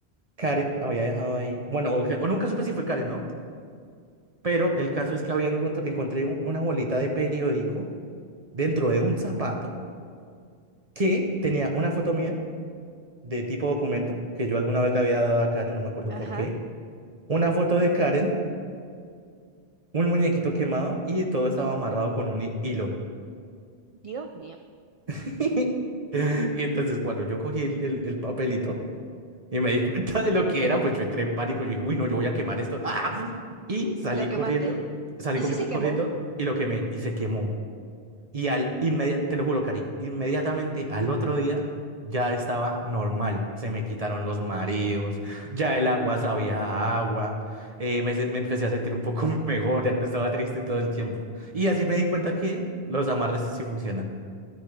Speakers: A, on the right; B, on the right.
A: Karen había dejado ahí, bueno, o, que- o nunca supe si fue Karen, ¿no? Pero el caso es que había encontr- encontré un- una bolita de periódico dentro de un zapato que tenía una foto mía de tipo documento que yo alguna vez le había dado a Karen, no me acuerdo
B: Ajá.
A: por qué. Una foto de Karen, un muñequito quemado y todo estaba amarrado con un hi- hilo.
B: Dios mío.
A: <laughs> Y entonces cuando yo cogí el, el- el papelito y me di <laughs> cuenta de lo que era, pues yo entré en pánico. Yo dije, uy, no, yo voy a quemar esto. ¡Ah! Y salí
B: Y lo
A: corriendo,
B: quemaste.
A: salí
B: ¿Y
A: comi-
B: si se quemó?
A: corriendo y lo quemé y se quemó. Y al inmediatamente, te lo juro, Cari, inmediatamente al otro día ya estaba normal. Se me quitaron los mareos, ya el agua sabía a agua, eh, me, se- me empecé a sentir un poco <laughs> mejor, ya no estaba triste todo el tiempo. Y así me di cuenta que los amarres sí funcionan.